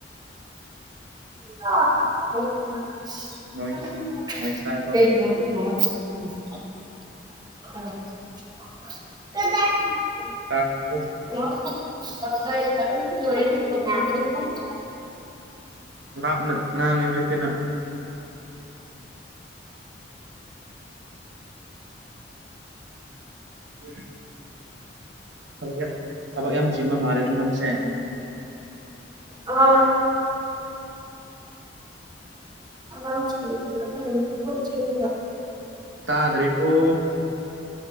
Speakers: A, on the right (about 25°); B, on the right (about 70°).
A: <unintelligible>
B: ꯅꯣꯏꯁ ꯅꯣꯏꯁ ꯇꯥꯏꯀꯣ
A: <unintelligible>
B: <unintelligible>
A: <unintelligible>
B: ꯂꯥꯞꯅ ꯉꯥꯡꯉꯦ ꯍꯧꯖꯤꯛꯇꯤ ꯅꯪ ꯎꯝ ꯊꯕꯛ ꯌꯥꯝ ꯊꯕꯛ ꯌꯥꯝ ꯆꯤꯟꯕ ꯃꯥꯜꯂꯦꯀ‌ꯣ ꯅꯪꯁꯦ
A: ꯑꯥ <unintelligible> <unintelligible>
B: ꯇꯥꯗ‌꯭ꯔ‌ꯦꯕ‌ꯣ